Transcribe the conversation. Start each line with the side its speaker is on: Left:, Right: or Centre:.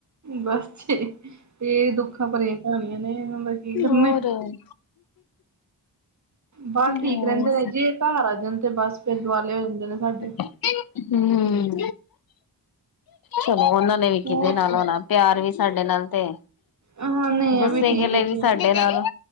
Right: ਬਸ ਠੀਕ। ਇਹ ਦੁੱਖਾਂ ਭਰੀਆਂ ਕਹਾਣੀਆਂ ਨੇ ਇਹਨਾਂ ਦਾ ਕੀ ਕਰਨਾ।
Left: ਹੋਰ
Right: ਬਾਹਰ
Left: ਹੂੰ
Right: ਠੀਕ ਰਹਿੰਦੇ ਨੇ, ਜੇ ਘਰ ਆ ਜਾਣ ਤੇ ਬਸ ਫਿਰ ਦੁਆਲੇ ਹੋ ਜਾਂਦੇ ਨੇ ਸਾਡੇ।
Left: ਹਮ। ਚਲੋ ਉਹਨਾਂ ਨੇੇ ਵੀ ਕੀਦੇ
Right: ਹੋਰ
Left: ਨਾਲ ਹੋਨਾ। ਪਿਆਰ ਵੀ ਸਾਡੇ ਨਾਲ ਤੇ
Right: ਹਾਂ ਨਹੀਂ
Left: ਗੁੱਸੇ
Right: ਇਹ ਵੀ ਠੀਕ
Left: ਗਿਲੇ
Right: ਹੈ ਜੀ
Left: ਵੀ ਸਾਡੇ ਨਾਲ